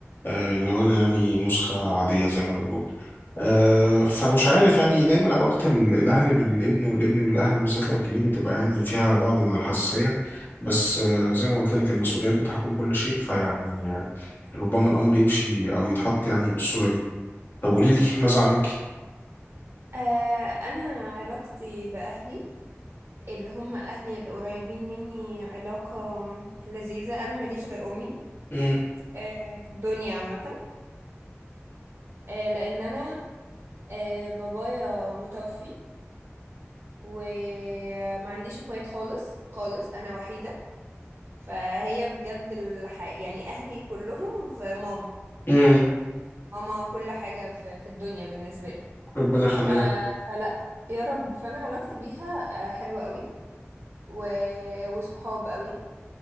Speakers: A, on the left; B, on the right.
A: آه، لو أنا يعني نسخة عادية زي ما بنقول آه، فمش عارف يعني دايما علاقة ال- الأهل بالابن والابن بالأهل بالذات لو كبير بتبقى يعني فيها بعض من الحساسية بس آه، زي ما قلت لك المسؤوليات بتحكم كل شيء فيعني آه، ربما الأمر يمشي أو يتحط يعني بالصورة دي طب قولي لي ماذا عنك؟
B: آه انا علاقتي باهلي اللي هم اهلي القريبين مني علاقة لذيذة انا ماليش غير امي
A: مم.
B: آه في الدنيا عامة آه لان انا آه بابايا متوفي وما عنديش اخوات خالص خالص انا وحيدة فهي بجد الح... يعني اهلي كلهم في ماما
A: مم.
B: ماما كل حاجة في, في الدنيا بالنسبة لي
A: ربنا يخليها
B: ف... فلا يا رب فانا علاقتي بيها آه، حلوة قوي و... وصحاب قوي